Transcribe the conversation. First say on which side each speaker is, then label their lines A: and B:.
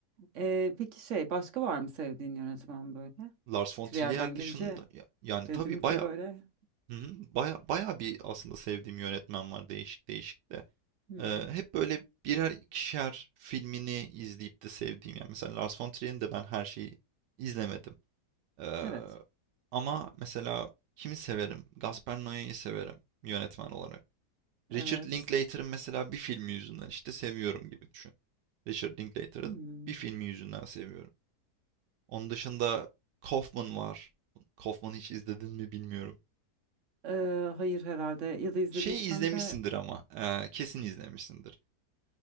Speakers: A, on the right (about 55°); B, on the right (about 85°).
A: Ee, peki şey başka var mı sevdiğin yönetmen böyle?
B: Lars von
A: Trier'den
B: Trier
A: gelince
B: dışında ya- yani tabii
A: dedim
B: baya
A: ki böyle.
B: hı hı, baya baya bir aslında sevdiğim yönetmen var değişik değişik de.
A: Hı hı.
B: Eee, hep böyle birer ikişer filmini izleyip de sevdiğim yani mesela Lars von Trier'in de ben her şeyi izlemedim. Ee,
A: Evet.
B: ama mesela kimi severim? Gaspar Noé'yi severim yönetmen olarak.
A: Evet.
B: Richard Linklater'ın mesela bir filmi yüzünden işte seviyorum gibi düşün. Richard Linklater'ın
A: Hmm.
B: bir filmi yüzünden seviyorum. Onun dışında Kaufman var. Kaufman'ı hiç izledin mi bilmiyorum.
A: Ee, hayır herhalde ya da izlediysem
B: Şey izlemişsindir
A: de
B: ama. eee, kesin izlemişsindir.